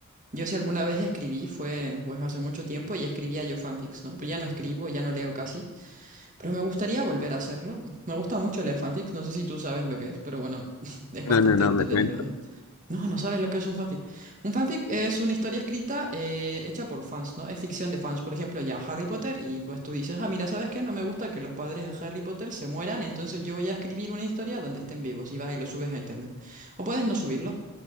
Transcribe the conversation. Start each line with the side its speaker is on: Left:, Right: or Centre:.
Right: Yo si alguna vez escribí, fue pues hace mucho tiempo y escribía yo fanfics, ¿no? Pero ya no escribo, ya no leo casi. Pero me gustaría volver a hacerlo. Me gusta mucho leer fanfics. No sé si tú sabes lo que es, pero bueno, <laughs> es bastante
Left: No, no, no,
Right: entretenido.
Left: me cuento.
Right: No, no sabes lo que es un fanfic. Un fanfic es una historia escrita eh, hecha por fans, ¿no? Es ficción de fans. Por ejemplo, ya Harry Potter, y pues tú dices, ah, mira, ¿sabes qué? No me gusta que los padres de Harry Potter se mueran, entonces yo voy a escribir una historia donde estén vivos y vas y lo subes a internet. O puedes no subirlo.